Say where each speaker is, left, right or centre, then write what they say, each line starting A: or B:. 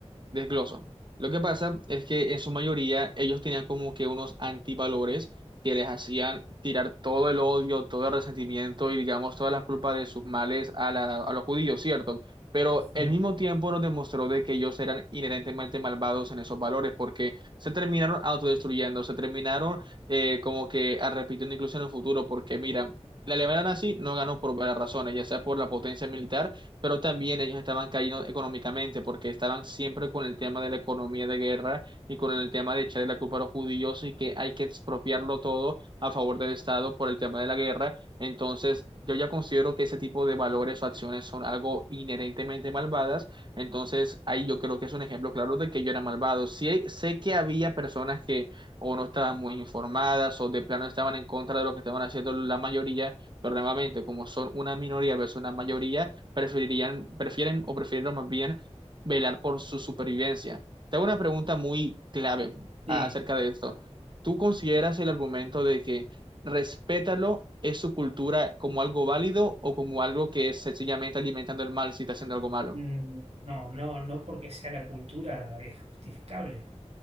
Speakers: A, on the right; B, on the right.
A: desgloso. Lo que pasa es que en su mayoría ellos tenían como que unos antivalores que les hacían tirar todo el odio, todo el resentimiento y digamos todas las culpas de sus males a, la- a los judíos, ¿cierto? Pero
B: Sí,
A: al mismo tiempo nos demostró de que ellos eran inherentemente malvados en esos valores porque se terminaron autodestruyendo, se terminaron eh, como que a repitiendo incluso en el futuro, porque mira, la Alemania nazi no ganó por varias razones, ya sea por la potencia militar, pero también ellos estaban cayendo económicamente, porque estaban siempre con el tema de la economía de guerra y con el tema de echarle la culpa a los judíos y que hay que expropiarlo todo a favor del Estado por el tema de la guerra. Entonces, yo ya considero que ese tipo de valores o acciones son algo inherentemente malvadas. Entonces, ahí yo creo que es un ejemplo claro de que yo era malvado. Sí, sé que había personas que o no estaban muy informadas o de plano estaban en contra de lo que estaban haciendo la mayoría, pero nuevamente, como son una minoría versus una mayoría, preferirían, prefieren o prefirieron más bien velar por su supervivencia. Te hago una pregunta muy clave
B: Sí,
A: a- acerca de esto. ¿Tú consideras el argumento de que respétalo es su cultura como algo válido o como algo que es sencillamente alimentando el mal si está haciendo algo malo?
B: mm, no, no, no porque sea la cultura es justificable.